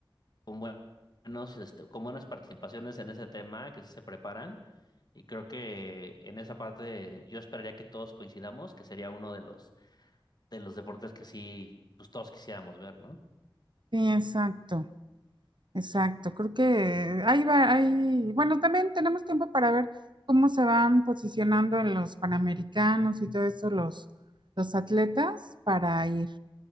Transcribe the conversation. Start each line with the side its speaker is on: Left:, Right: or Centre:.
Left: con buenos, este, con buenas participaciones en ese tema, que sí se preparan, y creo que en esa parte yo esperaría que todos coincidamos, que sería uno de los, de los deportes que sí, pues todos quisiéramos ver, ¿no?
Right: Sí, exacto. Exacto, creo que ahí va, ahí, bueno, también tenemos tiempo para ver cómo se van posicionando en los Panamericanos y todo eso los, los atletas para ir.